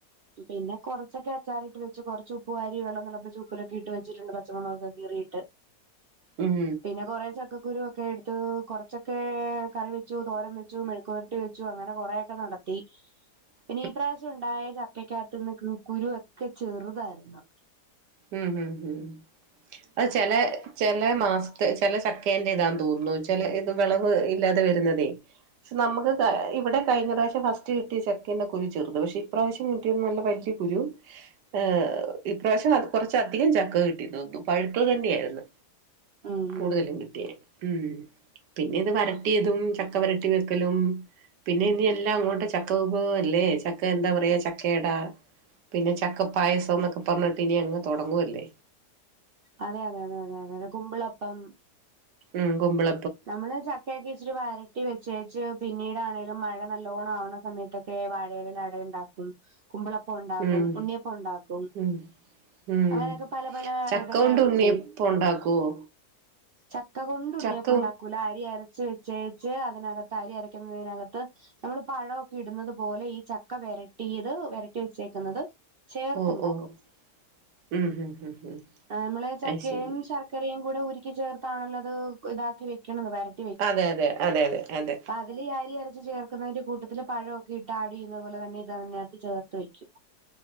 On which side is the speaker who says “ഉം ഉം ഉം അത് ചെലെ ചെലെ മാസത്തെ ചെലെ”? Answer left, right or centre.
Right